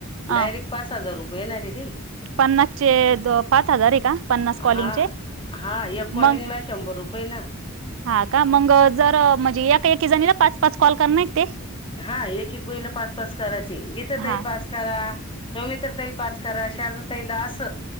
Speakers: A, on the right (about 65°); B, on the left (about 25°).
A: अ
B: डायरेक्ट पाच हजार रुपये येणार <unintelligible>
A: पन्नासचे पाच हजार आहे का पन्नास कॉलिंगचे
B: हा हा एक कॉलिंगला
A: मग
B: शंभर रुपये ना
A: हा का मग जर म्हणजे एका कीती जणीला पाच पाच कॉल करणारेत ते.
B: हा एक एक बाईला पाच पाच करायचे गीताताई
A: हा
B: पाच करा. सौमित्रा ताई पाच करा शालु ताईल असं.